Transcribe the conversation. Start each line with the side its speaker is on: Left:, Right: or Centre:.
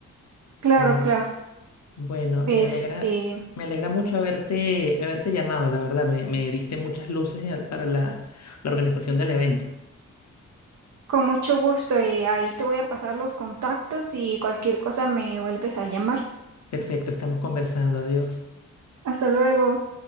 Right: Claro,
Left: Pero
Right: claro.
Left: bueno,
Right: Este.
Left: me alegra, me alegra mucho haberte, haberte llamado, la verdad. Me, me diste muchas luces eh, para la, la organización del evento.
Right: Con mucho gusto, eh, ahí te voy a pasar los contactos y cualquier cosa me vuelves a llamar.
Left: Perfecto, estamos conversando. Adiós.
Right: Hasta luego.